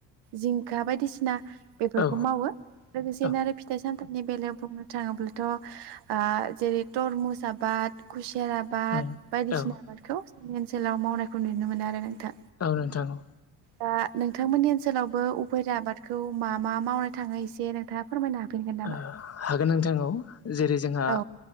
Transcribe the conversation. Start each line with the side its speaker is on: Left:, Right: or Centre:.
Right: जिंखा बायदिसिना बेफोरखौ
Left: औ
Right: मावो लोगोसेनो
Left: औ
Right: आरो फिथाइ सामथाइनि बेलायाव बुंनो थाङोब्लाथ' आह जेरै तरमुज आबाद खु सेर आबाद
Left: उम
Right: बायदिसिना
Left: औ
Right: आबादखौ जोंनि ओनसोलाव मावनायखौ नुनो मोनो आरो नोंथां
Left: औ नोंथां औ
Right: दा नोंथांमोननि ओनसोलावबो उफेरा आबादखौ मा मा मावनो थाङो एसे नोंथाङा फोरमायनो हाफिनगोन नामा
Left: ओ हागोन नोंथां औ जेरै जोंहा
Right: औ